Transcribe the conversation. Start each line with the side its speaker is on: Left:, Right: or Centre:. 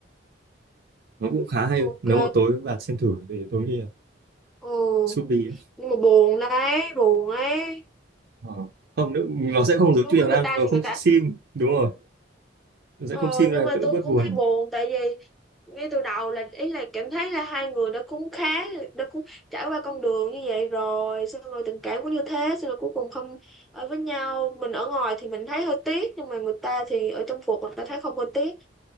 Right: nó cũng khá hay
Centre: ok
Right: nếu mà tối bạn xem thử thì tôi nghĩ là
Centre: ừ
Right: Subi
Centre: nhưng mà buồn đấy buồn ấy
Right: Ờ. không nữa, nó sẽ không giống
Centre: đối
Right: chui
Centre: với
Right: Hàng
Centre: người
Right: Nam
Centre: ta
Right: nó
Centre: thì
Right: không
Centre: người ta
Right: sim đúng rồi nó sẽ
Centre: ờ
Right: không sim là
Centre: nhưng mà
Right: đỡ
Centre: tôi
Right: bớt
Centre: cũng
Right: buồn
Centre: thấy buồn tại vì ngay từ đầu là ý là cảm thấy là hai người đã cũng khá đã cũng trải qua con đường như vậy rồi xong rồi tình cảm cũng như thế xong rồi cuối cùng không ở với nhau mình ở ngoài thì mình thấy hơi tiếc nhưng mà người ta thì ở trong cuộc người ta thấy không hơi tiếc